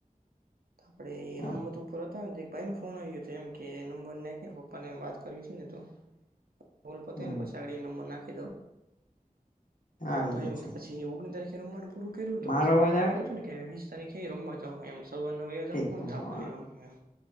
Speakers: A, on the left; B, on the right.
A: <inaudible>
B: આપણેે એ
A: હા
B: રમત ઉપર હતાને એક ભાઈ ને ફોન આવ્યો હતો એમ કે નંબર નાખ પપ્પાને એમ વાત કરવી છે નેતો કોલ પતાય
A: હમ
B: ને પછી આગળ નંબર નાખી દવ
A: હા એ
B: તો એમ
A: છે
B: કે પછી ઓગણી તારીખે રમવાનું પૂરું કર્યું તો
A: મારો
B: પછી એમ
A: અવાજ
B: નક્કી
A: આવે
B: કર્યું
A: છે
B: હતુંને કે વીસ તારીખે રમવા જાહુ એમ સૌવારના વયા
A: ઠીક
B: જાહુ
A: હા
B: આખો દી રમશું એમ